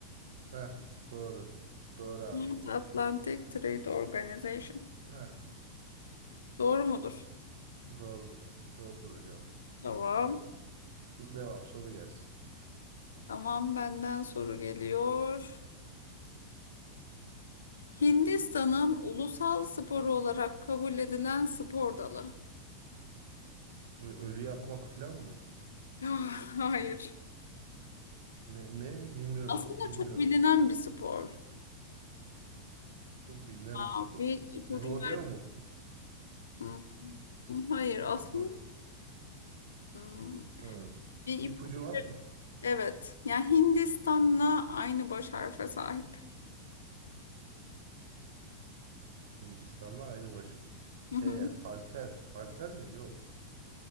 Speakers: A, on the right (about 55°); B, on the left (about 65°).
A: Heh, doğru. Doğru abi.
B: North Atlantic Trade Organization.
A: Heh,
B: Doğru mudur?
A: doğrudur. Doğrudur hocam.
B: Tamam.
A: Devam soru gelsin.
B: Tamam, benden soru geliyor. Hindistan'ın ulusal sporu olarak kabul edilen spor dalı.
A: Ö- Ölüyü yakmak falan mı?
B: <laughs> Hayır.
A: Ne, ne bilmiyorum.
B: Aslında
A: Bilmiyorum.
B: çok bilinen bir spor.
A: Çok bilinen bir spor.
B: Aa, Bir ipucu
A: Rodeo
B: ver.
A: mu?
B: Hmm, Hayır, aslında
A: Ro
B: hmm,
A: Hı.
B: bir
A: İpucu
B: ipucu
A: var
B: ver.
A: mı?
B: Evet. Yani Hindistan'la aynı baş harfe sahip.
A: Hindistan'da aynı baş.
B: <laughs>
A: He, halter. Halter mi? Yok.